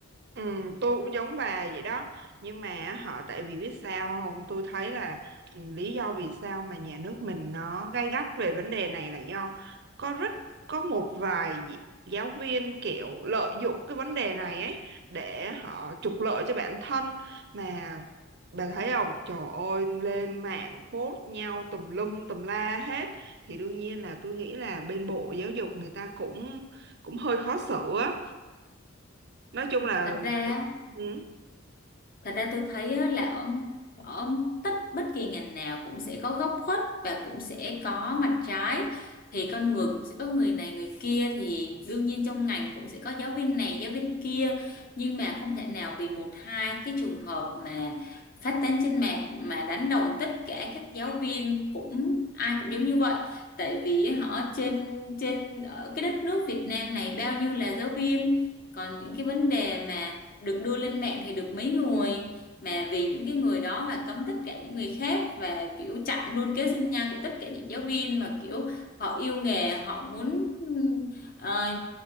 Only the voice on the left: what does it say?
thật ra
Thật ra tôi thấy á, là ở ở tất bất kỳ ngành nào cũng sẽ có góc khuất và cũng sẽ có mặt trái thì con người cũng sẽ có người này người kia thì đương nhiên trong ngành cũng sẽ có giáo viên này giáo viên kia nhưng mà không thể nào vì một hai cái trường hợp mà phát tán trên mạng mà đánh đồng tất cả các giáo viên cũng ai cũng giống như vậy tại vì họ trên trên ở cái đất nước Việt Nam này bao nhiêu là giáo viên còn những cái vấn đề mà được đưa lên mạng thì được mấy người mà vì những cái người đó mà cấm tất cả những người khác và kiểu chặn luôn kế sinh nhai của tất cả những giáo viên mà kiểu họ yêu nghề họ muốn ừm, ờ,